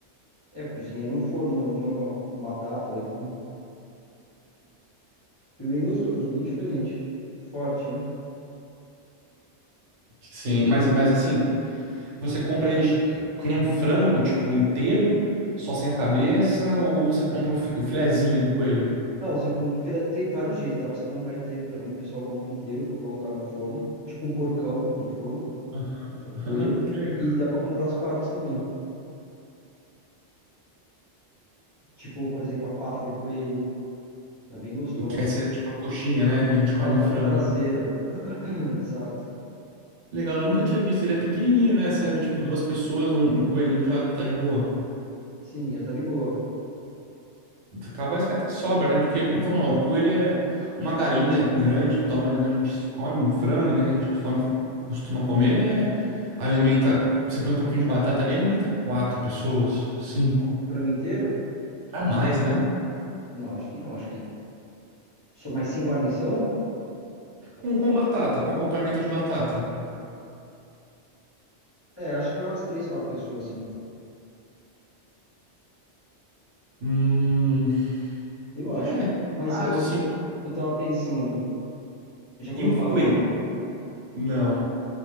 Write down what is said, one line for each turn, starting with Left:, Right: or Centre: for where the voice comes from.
Left: É, eu cozinhei no forno mesmo, normal. Com batata, legume. Foi bem gostoso, bem diferente. Forte, né?
Right: Sim, mas, mas assim, você compra ele com um frango, tipo, inteiro, só sem a cabeça, ou você compra o, fi- o filezinho do coelho?
Left: Não, assim, eu compro filé... Tem vários jeitos, dá pra você comprar inteiro também. O pessoal compra inteiro pra colocar no forno. Tipo um porcão no forno,
Right: Aham,
Left: só
Right: <laughs>
Left: com
Right: aham,
Left: coelho.
Right: que legal.
Left: E dá pra comprar as partes também. Tipo, por exemplo, a pata do coelho É bem gostosa,
Right: O Que é,
Left: cara.
Right: seria tipo a coxinha, né, que a gente come
Left: É, a
Right: do
Left: pata
Right: frango.
Left: traseira. <clears throat> Exato.
Right: Legal, nunca tinha visto. Ele é pequenininho, né? Serve tipo duas pessoas, um, um coelhinho já tá de boa.
Left: Sim, já tá de boa.
Right: Capaz que até sobra, né? Porque, vamos lá, o coelho é uma galinha grande do tamanho que a gente come, um frango, né? Que a gente costuma, costuma comer. Alimenta. Você põe um pouquinho de batata ali, alimenta quatro pessoas, cinco.
Left: É um frango inteiro?
Right: Pra mais, né?
Left: Não, acho que não, acho que. Só mais sem guarnição?
Right: Com, com batata, com acompanhamento de batata.
Left: É, acho que vai umas três, quatro pessoas, assim.
Right: Hum.
Left: Eu
Right: É,
Left: acho. Mas
Right: quatro,
Left: eu,
Right: cinco.
Left: eu eu tava pensando, já comeu
Right: E um coelho?
Left: pavão?
Right: Não.